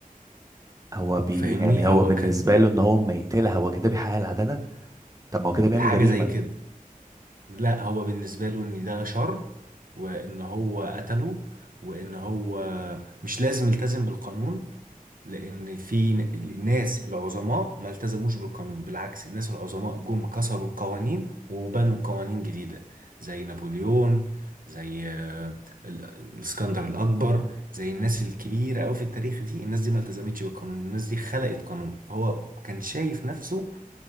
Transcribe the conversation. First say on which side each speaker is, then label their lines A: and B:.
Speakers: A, on the right; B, on the right.
A: هو بي
B: فاهمني
A: يعني هو
B: هو
A: بالنسبة
B: كان
A: له ان هو اما يقتلها هو كده بيحقق العدالة طب ما هو كده بيعمل
B: حاجة
A: جريمة
B: زي كده لا هو بالنسبة له ان ده شر وان هو قتله وان هو مش لازم يلتزم بالقانون لان في ن- الناس العظماء ما التزموش بالقانون بالعكس الناس العظماء جم كسروا القوانين وبنوا قوانين جديدة زي نابليون زي آه، ال- الاسكندر الاكبر زي الناس الكبيرة قوي في التاريخ دي الناس دي ما التزمتش بالقانون الناس دي خلقت قانون فهو كان شايف نفسه